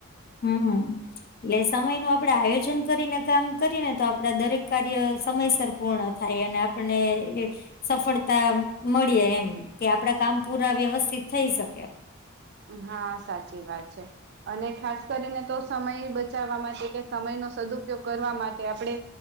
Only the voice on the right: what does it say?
હા સાચી વાત છે. અને ખાસ કરીને તો સમય બચાવવા માટે કે સમયનો સદઉપયોગ કરવા માટે આપણે